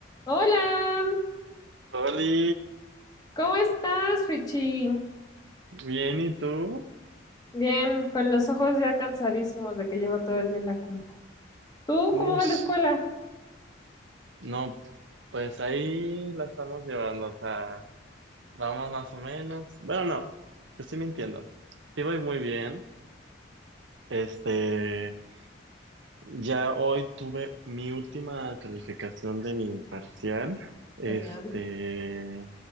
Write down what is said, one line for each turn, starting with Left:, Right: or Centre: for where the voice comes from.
Left: Hola,
Right: Oli,
Left: ¿cómo estás, Richie?
Right: bien, ¿y tú?
Left: Bien, con los ojos ya cansadísimos de que llevo todo el día en la compu. ¿Tú cómo
Right: Ush,
Left: va la escuela?
Right: no, pues ahí la estamos llevando, o sea, vamos más o menos. Bueno, no, te estoy mintiendo. Sí voy muy bien. Este, ya hoy tuve mi última calificación de mi parcial, este,
Left: Genial.